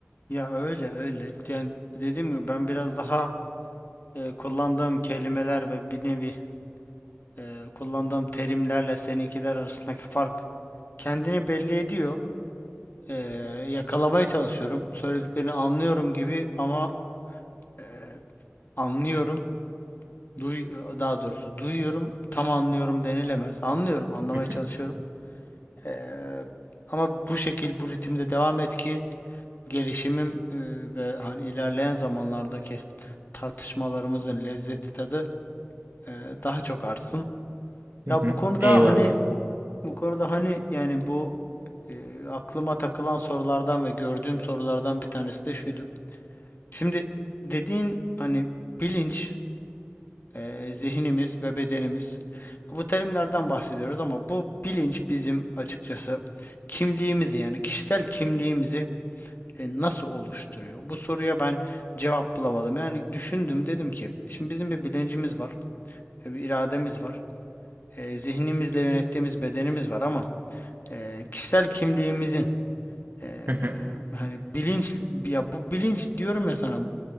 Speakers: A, on the left; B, on the right.
A: Ya öyle öyle. Yani dediğim gibi ben biraz daha eee, kullandığım kelimeler ve bir nevi eee, kullandığım terimlerle seninkiler arasındaki fark kendini belli ediyor. Eee, yakalamaya çalışıyorum. Söylediklerini anlıyorum gibi ama eee, anlıyorum. Duy, daha doğrusu duyuyorum. Tam anlıyorum denilemez. Anlıyorum, anlamaya
B: Hı hı,
A: çalışıyorum. Eee, ama bu şekil, bu ritimde devam et ki gelişimim eee, ve hani ilerleyen zamanlardaki tartışmalarımızın lezzeti tadı eee, daha çok artsın.
B: hı
A: Ya
B: hı.
A: bu konuda
B: Eyvallah.
A: hani bu konuda hani yani bu eee, aklıma takılan sorulardan ve gördüğüm sorulardan bir tanesi de şuydu. Şimdi dediğin hani bilinç, eee, zihnimiz ve bedenimiz. Bu terimlerden bahsediyoruz ama bu bilinç bizim açıkçası kimliğimizi yani kişisel kimliğimizi e, nasıl oluşturuyor? Bu soruya ben cevap bulamadım. Yani düşündüm dedim ki şimdi bizim bir bilincimiz var, e, bir irademiz var, e, zihnimizle yönettiğimiz bedenimiz var ama e, kişisel kimliğimizin e,
B: Hı hı,
A: hani bilinç ya bu bilinç diyorum ya sana